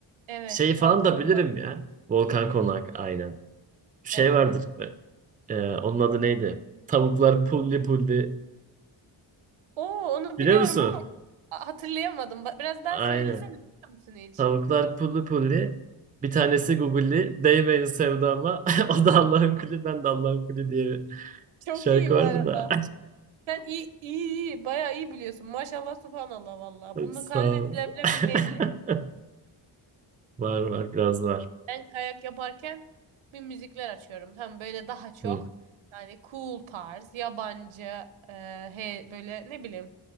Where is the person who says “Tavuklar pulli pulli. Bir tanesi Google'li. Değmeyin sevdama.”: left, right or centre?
Right